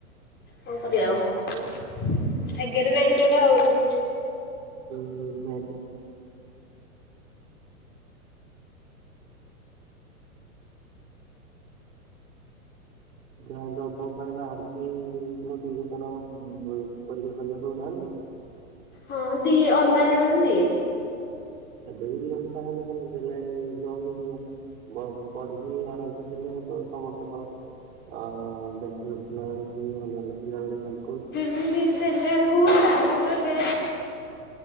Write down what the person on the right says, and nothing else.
ହୁଁ ଯ <unintelligible> ପରୀକ୍ଷା ଫରିକ୍ଷା ଦଉନାହାନ୍ତି
ଏବେ ବି ଦିଅନ୍ତୁ କାହିଁକି ଦେବେନି ଦେଲେ <unintelligible> ଯିବ। ଭ ପଢିକି ଆରାମ ସେ ଦେଲେ ସମସ୍ତେ କଣ ଆଁ ବ୍ୟାଚେଲର ପିଲାମାନେ କି ଅନ୍ୟାନ୍ୟ ପିଲାମାନେ ଖାଲି କହୁଥି